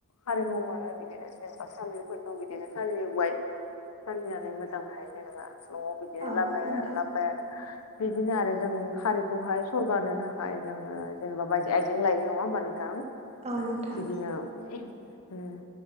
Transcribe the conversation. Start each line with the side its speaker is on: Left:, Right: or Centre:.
Left: खारैखौ मोनो बिदिनो जेनेबा सान्द्रिफोर जों बिदिनो सालिबाय सालिनानै मोजांहाय जेनेबा न'आव बिदिनो
Right: औ
Left: लाबना-
Right: नोंथां
Left: लाबोबाय आरो बिदिनो आरो जों खारिखौहाय सरगारनो थाखाय जोङो जेनेबा बायदि आइजें लायो नङा होमबा नोंथां
Right: औ नोंथां
Left: बिदिनो उम